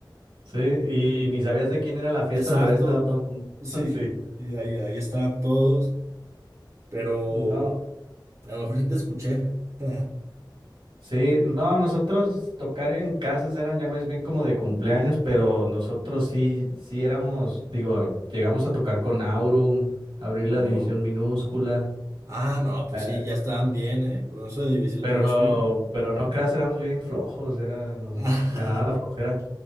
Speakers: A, on the right; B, on the right.
A: sí, y, y ni sabías de quién era la fiesta,
B: Exacto,
A: pero ahí estaba todo el mundo.
B: <laughs> sí,
A: <laughs> Sí.
B: y ahí, ahí estaban todos, pero
A: No.
B: a lo mejor sí te escuché. <laughs>
A: Sí, no, nosotros tocar en casas eran ya más bien como de cumpleaños, pero nosotros sí, sí éramos, digo, llegamos a tocar con Aurum, abrir
B: No,
A: la división minúscula,
B: ah, no, pues
A: eh,
B: sí, ya estaban bien, ¿eh? Con eso de división
A: pero,
B: minúscula.
A: pero no creas, éramos bien flojos, era, nos
B: <laughs>
A: ganaba la flojera.